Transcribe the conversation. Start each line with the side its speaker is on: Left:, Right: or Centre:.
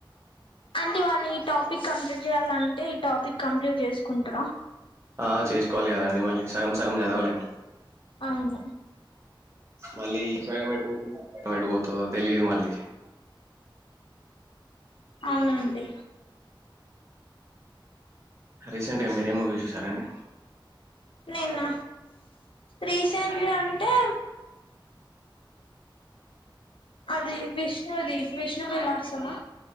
Left: అంటే వాళ్ళు ఈ టాపిక్ కంప్లీట్ చేయాలంటే ఈ టాపిక్ కంప్లీట్ చేసుకుంటారా
Right: ఆ చేసుకోవాలి కదా అండి మళ్ళీ సగం సగం చదవలేం
Left: ఆమ
Right: మళ్ళీ సాయమేటు మెట్టుపోత్ ఆ తెలీదు మళ్ళీ
Left: అవునండి
Right: రీసెంట్గా మీరేం మూవీ చూసారండి
Left: నిన్న రీసెంట్లీ అంటే అది విష్ణు అది విష్ణు వలాసమా